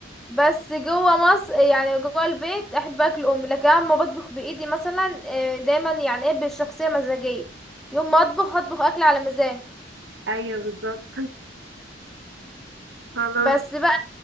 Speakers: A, in the centre; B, on the right (about 70°).
A: بس جوه مصر يعني جوه البيت احب اكل امي لكن اما بطبخ بايدي مثلا آه، دايما يعني ايه بالشخصيه مزاجيه يوم ما اطبخ اطبخ اكل على مزاج
B: ايوه بالظبط خلاص
A: بس بقى